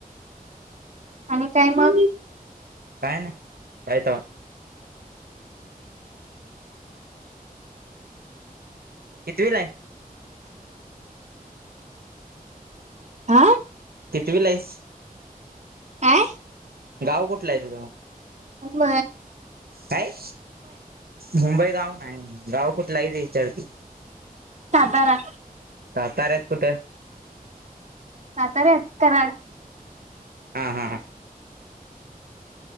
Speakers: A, on the right; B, on the right.
A: आणि काय मग?
B: काय नाही. काय तवा. कितवीला हाय?
A: आं.
B: कितीवीला हाईस?
A: काय?
B: गाव कुठल हाय तुझं मग?
A: आम.
B: काय मुंबई गाव नाही गाव कुठल हाय ते विचारतोय?
A: साधारण.
B: साताऱ्यात कुठं?
A: सातात्यात कराड.
B: हा, हा, ह.